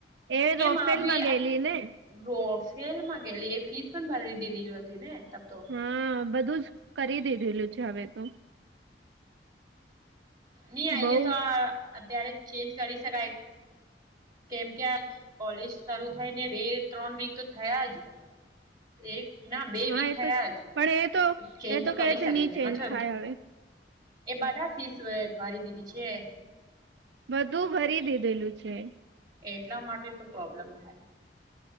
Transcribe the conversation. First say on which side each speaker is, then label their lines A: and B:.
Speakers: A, on the right (about 75°); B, on the right (about 25°).
A: એ
B: કે
A: રોફેલમાં
B: <unintelligible>
A: ગયેલી ને
B: રો ફેલ માં ગયેલી, એ ફીસ પણ ભરી દીધેલી હો છે ને તબ તો.
A: હા. બધુંજ કરી દીધેલું છે હવે તો.
B: ની અહિયાં
A: બઉ
B: તો આ અત્યારે ચેન્જ કરી શકાય. કેમ કે આ કોલેજ શરુ થઈ ને બે ત્રણ વીક થયાં હજું. એક ના બે
A: હા
B: વીક
A: એ
B: થયાં
A: તો છે,
B: હજું.
A: પણ એ
B: તો ચેન્જ
A: એ
B: તો કરી
A: કહે
B: શકીએ
A: છે ની
B: એમાં
A: ચેન્જ
B: <unintelligible>
A: થાય હવે
B: એ બધા ફીસ ભરી દીધી છે?
A: બધું ભરી દીધેલું છે.
B: એટલાં માટે તો પ્રોબ્લેમ થાય